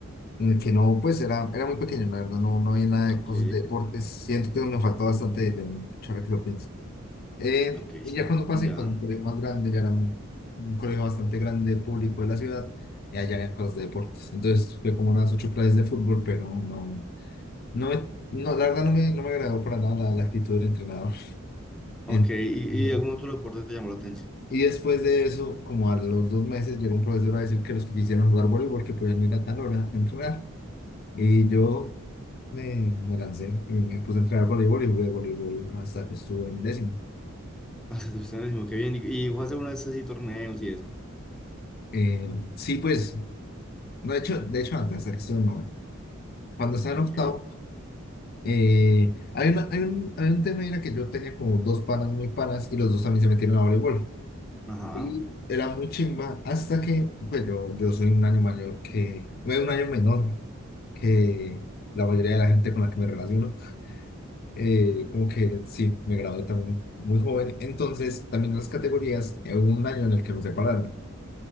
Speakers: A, on the left; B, in the centre.
A: en el que no, pues era, era muy pequeño, la verdad, no, no había nada de
B: ok,
A: cosas de deportes. Siento que me faltó bastante de, de ahora que lo pienso. Eh,
B: ok,
A: y
B: sí.
A: ya cuando pasé,
B: Ya.
A: para un colegio más grande, ya era un, un colegio bastante grande, público de la ciudad, y allá eran cosas de deportes. Entonces fue como unas ocho clases de fútbol, pero no, no, me- no, la verdad no me, no me agradó para nada la, la actitud del entrenador. <laughs>
B: Ok,
A: Entonces,
B: ¿y,
A: no.
B: y algún otro deporte te llamó la atención? <laughs>
A: y después de eso, como a los dos meses, llegó un profesor a decir que los que quisieran jugar voleibol, que podían ir a tal hora a entrenar. Y yo me, me lancé y me puse a entrenar voleibol y jugué voleibol hasta que estuve en décimo.
B: Ah, sí, te gustó, qué bien. ¿Y, y jugaste alguna vez así torneos y eso?
A: Eh, sí, pues No, de hecho, de hecho antes, hasta que estuve en noveno. Cuando estaba
B: Ok,
A: en octavo, eh, hay, una- hay un, hay un tema era que yo tenía como dos panas muy panas y los dos también se metieron a voleibol.
B: ajá.
A: Y era muy chimba hasta que, pues yo, yo soy un año mayor que, bueno, un año menor que la mayoría de la gente con la que me relaciono. Eh, como que sí, me gradué también muy joven. Entonces, también las categorías, eh, hubo un año en el que nos separaron,